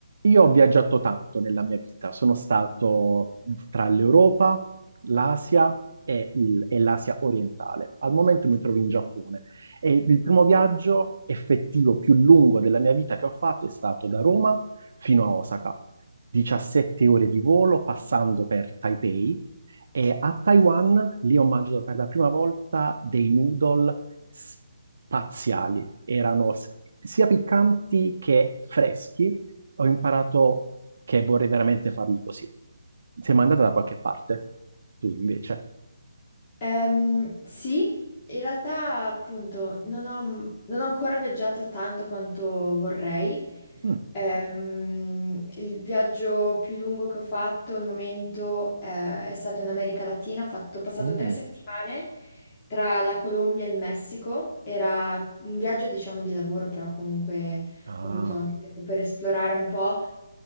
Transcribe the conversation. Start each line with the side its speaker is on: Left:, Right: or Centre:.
Right: Io ho viaggiato tanto nella mia vita, sono stato tra l'Europa, l'Asia e il- e l'Asia orientale. Al momento mi trovo in Giappone e il primo viaggio effettivo più lungo della mia vita che ho fatto è stato da Roma fino a Osaka, 17 ore di volo passando per Taipei e a Taiwan lì ho mangiato per la prima volta dei noodle spaziali, erano s- sia piccanti che freschi. Ho imparato che vorrei veramente farli così. Sei mai andata da qualche parte? Tu invece?
Left: Ehm, sì, in realtà appunto non ho, non ho ancora viaggiato tanto quanto vorrei.
Right: Mm,
Left: Ehm, il viaggio più lungo che ho fatto al momento eh, è stato in America Latina. Ho fatto- ho passato
Right: mm,
Left: tre settimane tra la Colombia e il Messico. Era un viaggio diciamo di lavoro, però comunque
Right: ah,
Left: ho avuto anche tempo per esplorare un po'.